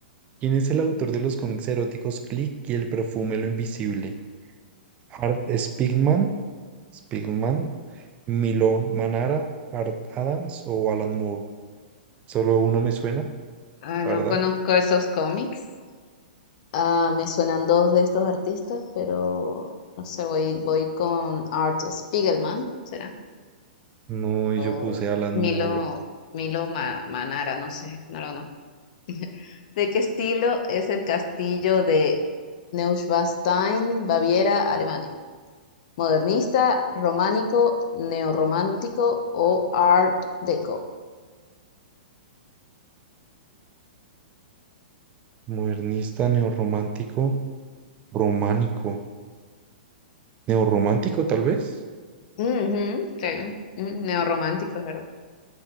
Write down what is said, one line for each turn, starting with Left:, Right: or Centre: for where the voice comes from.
Right: ¿Quién es el autor de los cómics eróticos Click y el perfume Lo Invisible? Art Spigman. Spigman. Milo Manara, Art Adams o Alan Moore. Solo uno me suena,
Left: Ah,
Right: la
Left: no
Right: verdad.
Left: conozco esos cómics. Ah, me suenan dos de estos artistas, pero no sé, voy, voy con Art Spiegelman, ¿será?
Right: No, y
Left: O
Right: yo puse Alan Moore,
Left: Milo, Milo Ma- Manara, no sé, no lo conozco. <laughs> ¿De qué estilo es el castillo de Neuschwanstein, Baviera, Alemania. Modernista, románico, neorromántico o Art Deco.
Right: modernista, neorromántico, románico. Neorromántico, tal vez.
Left: Ujú, sí, mm, neorromántico, pero